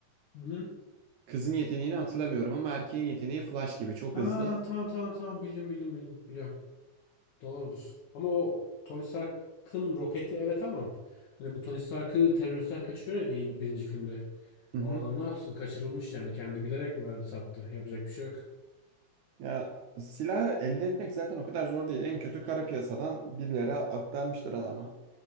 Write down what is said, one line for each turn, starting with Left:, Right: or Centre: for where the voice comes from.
Left: Hı hı.
Right: Kızın yeteneğini hatırlamıyorum ama erkeğin yeteneği Flash gibi çok
Left: Ha
Right: hızlı.
Left: tamam tamam tamam bildim bildim bildim. Biliyorum. Doğrudur. Ama o Tony Stark'ın roketi evet ama hani bu Tony Stark'ı teröristten kaçırıyor ya bir, birinci filmde.
Right: Hı
Left: O
Right: hı.
Left: adam ne yapsın? Kaçırılmış yani. Kendi bilerek mi verdi sattı? Yapacak bir şey yok.
Right: Ya silahı elde etmek zaten o kadar zor değil. En kötü kara piyasadan birilere aktarmıştır adama.